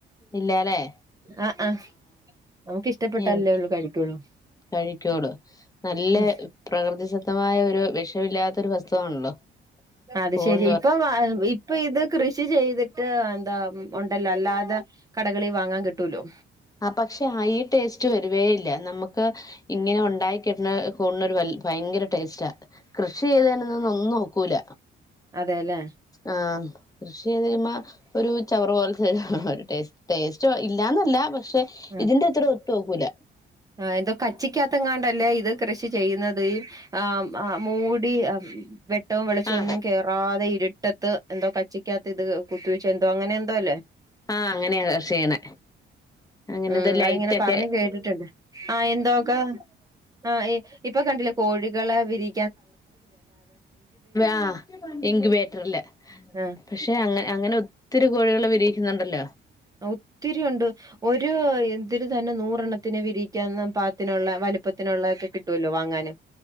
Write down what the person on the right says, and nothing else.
ആഹ് ആഹ് നമുക്കിഷ്ടപ്പെട്ടാലല്ലേ
ഉള്ളു കഴിക്കുള്ളൂ
ഉം
അത്
ശരി ഇപ്പൊ ഇപ്പൊ ഇത് കൃഷി ചെയ്തിട്ട് എന്താ ഉണ്ടല്ലോ അല്ലാതെ കടകളി വാങ്ങാൻ കിട്ടുവല്ലോ
അതേലേ
ആഹ്
ആഹ് എന്തോ കച്ചിക്കാത്തങ്ങാണ്ടല്ലേ ഇത് കൃഷി ചെയ്യുന്നത് ആഹ് ആഹ് മൂടി അ വെ വെട്ടവും വെളിച്ചവും
ഒന്നും കേറാതെ ഇരുട്ടത്ത് എന്തോ കച്ചിക്കാത്ത് ഇത് കുത്തിവെച്ച് എന്തോ അങ്ങനെ എന്തോ അല്ലേ
ഉം
അതിങ്ങനെ
പറഞ്ഞു കേട്ടിട്ടുണ്ട് ആഹ് എന്തോക്ക് ആഹ് ഇപ്പൊ കണ്ടിലെ കോഴികളെ വിരി
ആ
ഒത്തിരി ഉണ്ട് ഒര് <unintelligible> ഇതില് തന്നെ നൂറ് എണ്ണത്തിനെ വിരിയിക്കാൻ പാത്തിനുള്ള വലുപ്പത്തിനുള്ള ഒക്കെ കിട്ടൊല്ലോ വാങ്ങാന്